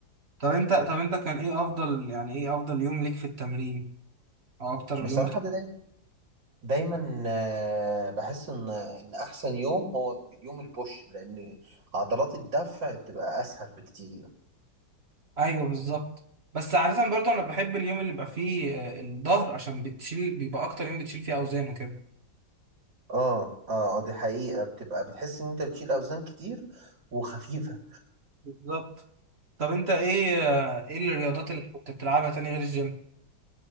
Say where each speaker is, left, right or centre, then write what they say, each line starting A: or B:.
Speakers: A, on the right; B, on the right.
A: طب انت طب انت كان ايه افضل يعني ايه افضل يوم ليك في التمرين او اكتر
B: بصراحة
A: يوم
B: ده دايما آه، بحس ان ان احسن يوم هو يوم البوش لان عضلات الدفع بتبقى اسهل بكتير
A: ايوه بالظبط بس عادة برضو انا بحب اليوم اللي بيبقى فيه آه، الظهر عشان بتشيل بيبقى اكتر يوم بتشيل فيه اوزان وكده
B: اه اه آه، دي حقيقة بتبقى بتحس ان انت بتشيل اوزان كتير وخفيفة
A: بالظبط طب انت ايه آه، ايه الرياضات اللي كنت بتلعبها تاني غير الجيم